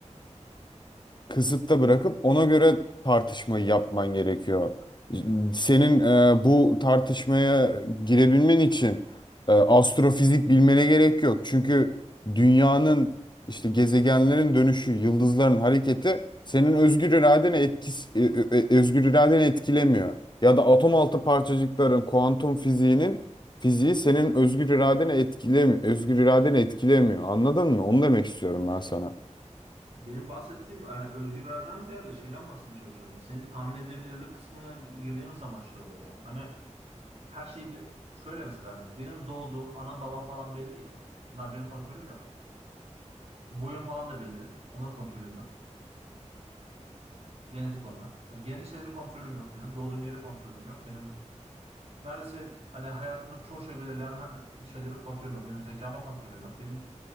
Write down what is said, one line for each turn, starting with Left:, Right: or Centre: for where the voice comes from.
Left: kısıtta bırakıp ona göre tartışmayı yapman gerekiyor. Senin e, bu tartışmaya girebilmen için e, astrofizik bilmene gerek yok. Çünkü dünyanın işte gezegenlerin dönüşü, yıldızların hareketi senin özgür iradene etkisi, e, e, e, özgür iradeni etkilemiyor. Ya da atom altı parçacıkların kuantum fiziğinin fiziği senin özgür iradeni etkilemiyor, özgür iradeni etkilemiyor. Anladın mı? Onu demek istiyorum ben sana.
Right: Benim bahsettiğim yani özgür iraden ziyade şeyden bahsetmeye çalışıyorum. Senin tahmin edebilirlik kısmına girdiğimiz zaman şey oluyor ya. Hani her şey bir, şöyle mesela hani benim doğduğum anam babam falan belli ya. Bunlar benim kontrolüm yok. Boyum falan da belli. Onlar kontrolüm yok. Genetik onlar. Yani genetik şeyleri kontrolüm yok benim. Doğduğum yeri kontrolüm yok. Benim neredeyse hani hayatımdaki çoğu şey belirleyen her- şeyleri kontrolüm yok. Benim zekama kontrolüm yok. Benim